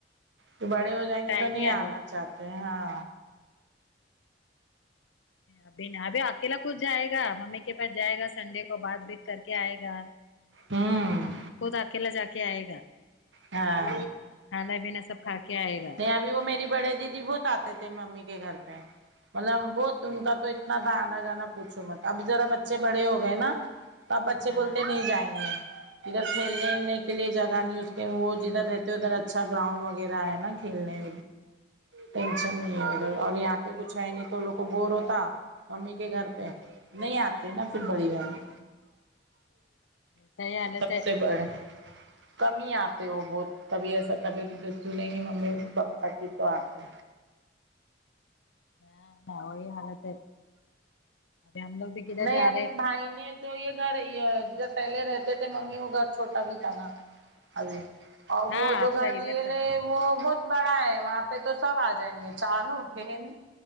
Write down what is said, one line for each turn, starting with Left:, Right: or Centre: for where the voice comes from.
Right: کہ
Left: وہ
Right: بڑے ہو جائیں
Left: وہ
Right: گے
Left: ٹائم
Right: تو نہیں
Left: ہی الگ
Right: آنا
Left: تھا،
Right: چاہتے ہاں
Left: ابھی ن ابھی اکیلا خود جائے گا ممی کے پاس جائے گا سنڈے کو مار پیٹ کر کے آئے گا
Right: ہوں
Left: خود اکیلا جا کے آئے گا
Right: ہاں
Left: کھانا پینا سب کھا کے آئے گا
Right: نہیں اب وہ میری بڑے دیدی بہت آتے تھے ممی کے گھر پہ مطلب بہت ان کا تو اتنا تھا آنا جانا پوچھو مت اب ذرا بچے بڑے ہو گئے نا تو آب بچے
Left: ہاں
Right: بولتے نہیں جائیں گے ادھر کھیلنے کے لیے جگہ نہیں اس کہ وہ جدھر رہتے ادھر اچھا گراؤنڈ وغیرہ ہے گھیلنے ٹینشن نہیں اگر اور یہاں پہ کچھ ہے نہیں تو وہ لوگ کو بور ہوتا امی
Left: بور
Right: کے گھر
Left: ہوتے
Right: پہ نہیں آتے نا پھر بڑی بہن
Left: ویسا ہی حالت
Right: سب
Left: ہے
Right: سے بڑھ کمی آپ تو وہ بہت کبھی ایسا طبیعت وبیت سنیں گی ممی پپا کی تو آتے
Left: <unintelligible> ابھی ہم لوگ بھی کدھر
Right: نہیں
Left: جا
Right: ابھی
Left: رہے
Right: بھائی نے جو یہ گھر یہ جو پہلے رہتے تھے ممی وہ گھر چھوٹا بھی تھا نا ابی اور
Left: ہاں
Right: وہ جو
Left: آپ
Right: گھر
Left: کا ادھر
Right: لیے
Left: کا
Right: لے
Left: نا
Right: وہ بہت بڑا ہے وہاں پہ تو سب آ جائیں گے چاروں بہن